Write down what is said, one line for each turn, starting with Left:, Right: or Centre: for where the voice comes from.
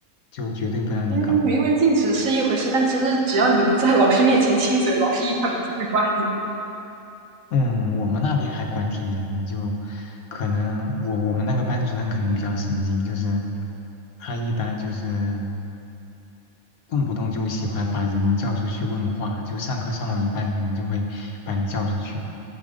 Left: 就绝对不让你搞。
Right: 嗯，明文禁止是一回事，但其实只要你不在老师面前亲嘴，老师一般不会抓你
Left: 嗯，我们那边还管挺严的，就可能我我们那个班主任可能比较神经，就是他一般就是动不动就喜欢把人叫出去问话，就上课上到一半，可能就会把你叫出去。